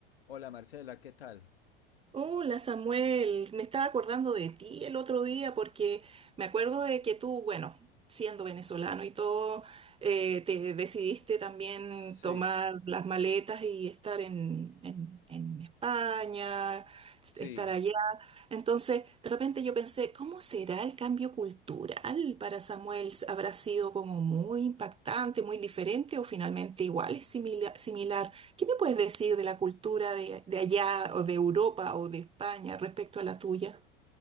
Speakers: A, on the left; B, on the right.
A: Hola Marcela, ¿qué tal?
B: Hola Samuel, me estaba acordando de ti el otro día porque me acuerdo de que tú, bueno, siendo venezolano y todo, eh, te decidiste también
A: Sí,
B: tomar las maletas y estar en, en- en España,
A: sí.
B: estar allá. Entonces, de repente yo pensé, ¿cómo será el cambio cultural para Samuel? ¿Habrá sido como muy impactante, muy diferente o finalmente igual, es simila- similar? ¿Qué me puedes decir de la cultura de, de allá o de Europa o de España respecto a la tuya?